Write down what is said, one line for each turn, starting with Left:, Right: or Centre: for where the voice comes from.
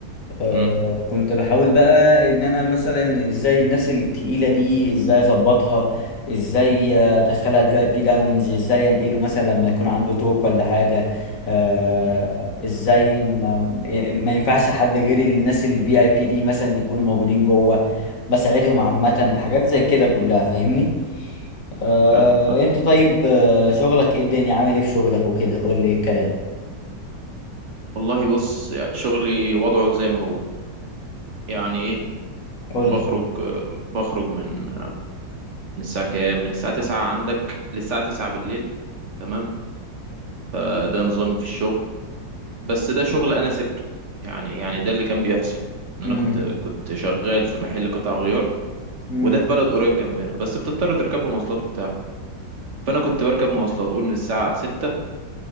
Left: آه،
Right: مم.
Left: كنت بحاول بقى ان انا مثلا ازاي الناس التقيله دي ازاي اظبطها ازاي ادخلها الفي اي بي لاونج ازاي انقله مثلا لما يكون عنده توك ولا حاجه آه،
Right: مم.
Left: ازاي ما, يعني ما ينفعش حد غير الناس الفي اي بي دي مثلا يكونوا موجودين جوه بساعدهم عامه حاجات زي كده كلها فاهمني آه،
Right: فاهمك فاهم
Left: انت طيب آه، شغلك ايه الدنيا عامل ايه في شغلك وكده قول لي ايه الكلام
Right: والله بص يعني شغلي وضعه زي ما هو يعني ايه
Left: قول
Right: بخرج
Left: لي
Right: آه، بخرج من آه، من الساعه كام من الساعه 9 عندك للساعه 9 بالليل تمام آه، ده نظامي في الشغل بس ده شغل انا سبته يعني يعني ده اللي كان بيحصل ان
Left: امم
Right: انا كنت كنت شغال في محل قطع غيار
Left: امم
Right: وده في بلد قريب جنبنا بس بتضطر تركب له مواصلات وبتاع فانا كنت بركب مواصلات قول من الساعه 6